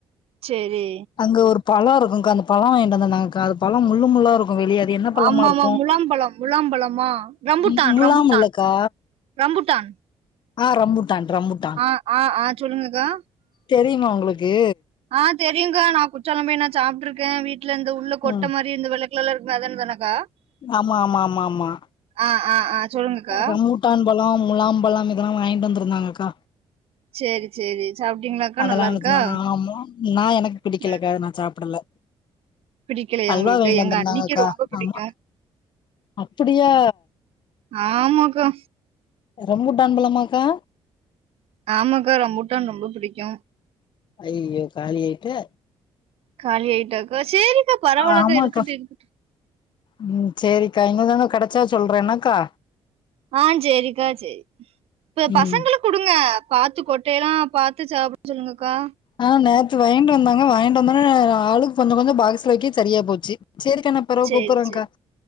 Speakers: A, on the right (about 65°); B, on the left (about 45°).
A: சேரி
B: அங்க ஒரு பழோ இருக்குகா அந்த பழோ வாங்கிட்டு வந்துருந்தாங்ககா அது பழோ முள்ளு முள்ளா இருக்கு வெளிய அது என்ன பழமா
A: ஆமா
B: இருக்கு
A: முலாம்பழம் முலாம்பழமா ரம்பூட்டான்
B: ம் முலாம்
A: ரம்பூட்டான்
B: இல்லக்கா
A: ரம்பூட்டான்
B: ஆ ரம்பூட்டான் ரம்பபூட்டா
A: அ ஆ ஆ சொல்லுங்கக்கா
B: தெரியுமா உங்குளுக்கு
A: ஆ தெரியுக்கா நா குற்றாலம் போய் என்னாத் சாப்ட்ருக்கே வீட்டுல இந்த உள்ள கொட்ட
B: ம்
A: மாரி இந்த வெள்ள கலர்ல இருக்குமே அதுதானேக்கா
B: ஆமா ஆமா ஆமா ஆமா
A: அ அ ஆ சொல்லுங்கக்கா
B: ரமூட்டான் பழோ முலாம்பழோ இதெல்லா வாங்கிட்டு வந்துருந்தாங்கக்கா
A: சேரி சேரி சாப்ட்டீங்களாக்கா
B: அதெல்லா
A: நல்லா
B: அவனுக்லா
A: இருக்கா
B: ஆமா நா எனக்கு பிடிக்கலக்கா
A: ம்
B: நா சாப்படல
A: பிடிக்கலையா
B: அல்வா
A: உங்களுக்கு?
B: வாயிண்டு வந்துருந்தாங்ககா
A: எங்க அண்ணிக்கு ரொம்ப பிடிக்கும்.
B: ஆமா அப்புடியா
A: ஆமாக்கா
B: ரம்பூட்டான் பழமாக்கா
A: ஆமாக்கா ரம்பூட்டான் ரொம்ப பிடிக்கு
B: ஐயயோ காலி ஆய்ட்டே
A: காலி ஆய்ட்டாக்கா செரிக்கா பரவாலக்கா
B: ஆமாக்கா
A: இருக்கட்டு இருக்கட்டு
B: ம் சேரிக்கா இன்னுதன கெடச்சா சொல்றே என்னக்கா
A: ஆ சேரிக்கா சேரி இப்ப
B: ம்
A: பசங்களுக்கு குடுங்க பாத்து கொட்டையலா பாத்து சாப்ட சொல்லுங்கக்கா
B: ஆ நேத்து வாங்கிட்டு வந்தாங்க வாங்கிட்டு வந்தோனே ஆளுக்கு கொஞ்சொ கொஞ்சொ பாக்ஸ்ல வைக்க சரியா போச்சு சரிக்கா நா பெறவு
A: சேரி
B: கூப்புறேங்க்கா
A: செரி